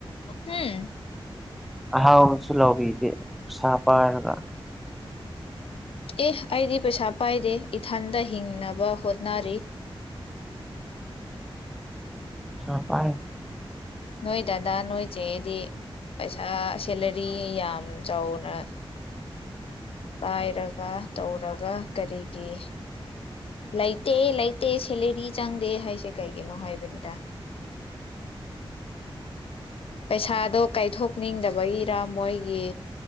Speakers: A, on the left (about 75°); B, in the centre.
A: ꯍꯝ
B: ꯑꯍꯥꯎꯕꯁꯨ ꯂꯧꯕꯤꯗꯦ ꯄꯩꯁꯥ ꯄꯥꯏꯔꯒ
A: ꯑꯦ ꯑꯩꯗꯤ ꯄꯩꯁꯥ ꯄꯥꯏꯗꯦ ꯏꯊꯟꯗ ꯍꯤꯡꯅꯕ ꯍꯣꯠꯅꯔꯤ
B: ꯄꯩꯁꯥ ꯄꯥꯏ
A: ꯅꯣꯏ ꯗꯗꯥ ꯅꯣꯏ ꯆꯦꯗꯤ ꯄꯩꯁꯥ ꯁꯦꯂꯔꯤ ꯌꯥꯝ ꯆꯥꯎꯅ ꯄꯥꯏꯔꯒ ꯇꯧꯔꯒ ꯀꯔꯤꯒꯤ ꯂꯩꯇꯦ ꯂꯩꯇꯦ ꯁꯦꯂꯦꯔꯤ ꯆꯪꯗꯦ ꯍꯥꯏꯁꯦ ꯀꯩꯒꯤꯅꯣ ꯍꯥꯏꯕꯅꯤꯗ ꯄꯩꯁꯥꯗꯣ ꯀꯥꯏꯊꯣꯛ ꯅꯤꯡꯗꯕꯒꯤꯔ ꯃꯣꯏꯒꯤ